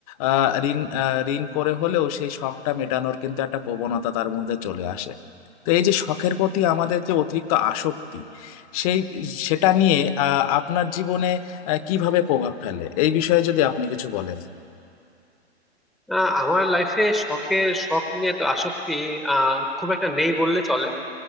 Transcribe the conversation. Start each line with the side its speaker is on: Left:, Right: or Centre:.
Left: আহ, ঋণ আহ, ঋণ করে হলেও সেই শখটা মেটানোর কিন্তু একটা প্রবণতা তার মধ্যে চলে আসে তো এই যে শখের প্রতি আমাদের যে অতিরিক্ত আসক্তি সেই সেটা নিয়ে আহ আপনার জীবনে আহ, কিভাবে প্রভাব ফেলে এই বিষয়ে যদি আপনি কিছু বলেন
Centre: আহ, আমার লাইফে শখের শখ নিয়ে তো আসক্তি আহ খুব একটা নেই বললে চলে